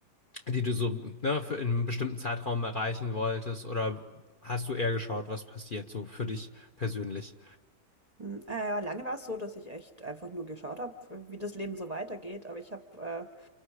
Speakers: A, on the left (about 40°); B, on the right (about 30°).
A: die du so ne, für in einem bestimmten Zeitraum erreichen wolltest oder hast du eher geschaut, was passiert so für dich persönlich?
B: Hm, Äh, ja, lange war es so, dass ich echt einfach nur geschaut habe, wie das Leben so weitergeht. Aber ich habe